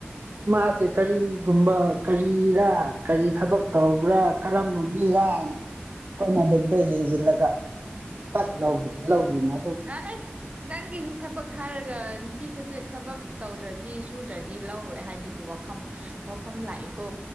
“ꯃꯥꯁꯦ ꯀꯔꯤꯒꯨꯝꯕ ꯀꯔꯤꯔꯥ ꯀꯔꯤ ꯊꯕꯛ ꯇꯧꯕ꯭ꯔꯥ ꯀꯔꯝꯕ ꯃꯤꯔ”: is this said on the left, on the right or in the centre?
Right